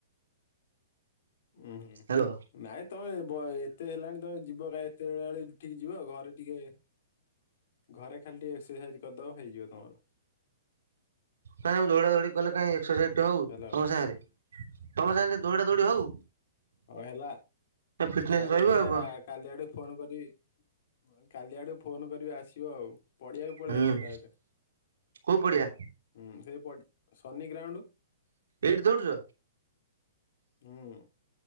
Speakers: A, on the left; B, on the right.
A: ଉଁ ହୁଁ,
B: ହ୍ୟାଲୋ
A: ନାଇଁ ତମେ ବ ଏତେ ହେଲାଣି ତମେ ଯିବ କାଳେ ବେଳାବେଳି ଉଠିକି ଯିବ, ଘରେ ଟିକେ ଘରେ ଖାଲି ଟିକେ ଏମ୍ସର ସାଇଜ୍ କରିଦବ ହେଇଯିବ ତମର।
B: କାଇଁ ମୁଁ ଦୌଡ଼ା ଦୌଡ଼ି କଲେ କାଇଁ ଏକ୍ସରସାଇଜ୍ ଟେ ହଉ
A: ହେଲା
B: ତମ ସାଙ୍ଗରେ। ତମ ସାଙ୍ଗରେ ଦୌଡ଼ା ଦୌଡ଼ି ହଉ।
A: ଅ ହେଲା
B: ଫିଟନେସ
A: ହଉ
B: ରହିବ
A: ଦେଖିଆ
B: ଆଉ କଣ
A: କାଲି ଆଡୁ ଫୋନ କରିବି। କାଲି ଆଡ଼ୁ ଫୋନ୍ କରିବି ଆସିବ ଆଉ। ପଡିଆକୁ ପଳିଆସିବ
B: ହୁଁ
A: ଡାଇରେକ୍ଟ
B: କୋଉ ପଡିଆ
A: ହୁଁ ସେଇ ପଟି ସନି ଗ୍ରାଉଣ୍ଡୁ।
B: ଏଇଟି ଦୌଡୁଚ?
A: ହୁଁ।